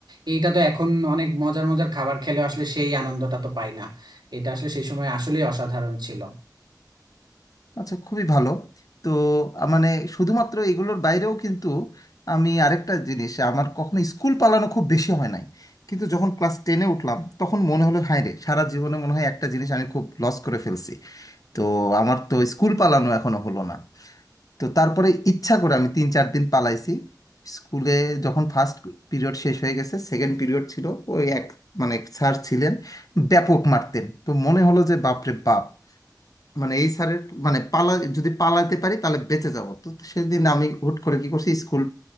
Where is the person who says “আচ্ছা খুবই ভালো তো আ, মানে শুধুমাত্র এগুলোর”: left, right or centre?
Left